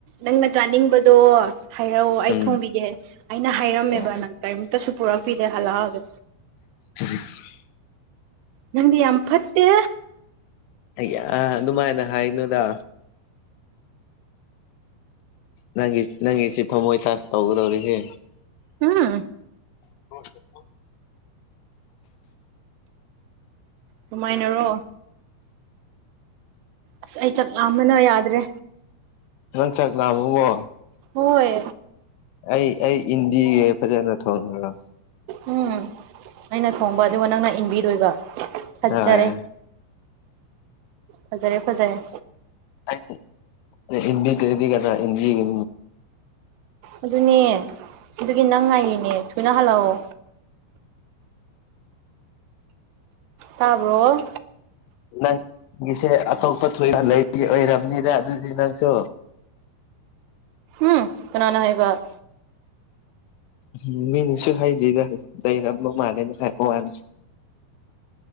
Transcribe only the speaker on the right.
ꯅꯪꯅ ꯆꯥꯅꯤꯡꯕꯗꯣ ꯍꯥꯏꯔꯛꯑꯣ ꯑꯩ
ꯊꯣꯡꯕꯤꯒꯦ ꯑꯩꯅ ꯍꯥꯏꯔꯝꯃꯦꯕ
ꯅꯪ ꯀꯔꯤꯝꯇꯁꯨ ꯄꯨꯔꯛꯄꯤꯗꯦ ꯍꯜꯂꯛꯑꯒꯦ
ꯅꯪꯗꯤ ꯌꯥꯝ ꯐꯠꯇꯦ
ꯍꯨꯝ
ꯀꯃꯥꯏꯅꯔꯣ ꯑꯁ ꯑꯩ ꯆꯥꯛ ꯂꯥꯝꯕꯅ ꯌꯥꯗ꯭ꯔꯦ
ꯍꯣꯏ
ꯎꯝ ꯑꯩꯅ ꯊꯣꯡꯕ ꯑꯗꯨꯒ ꯅꯪꯅ ꯏꯟꯕꯤꯗꯣꯏꯕ ꯐꯖꯔꯦ
ꯐꯖꯔꯦ ꯐꯖꯔꯦ
ꯑꯗꯨꯅꯦ ꯑꯗꯨꯒꯤ ꯅꯪ ꯉꯥꯏꯔꯤꯅꯦ ꯊꯨꯅ ꯍꯜꯂꯛꯑꯣ ꯇꯥꯕ꯭ꯔꯣ
ꯎꯝ ꯀꯅꯥꯅ ꯍꯥꯏꯕ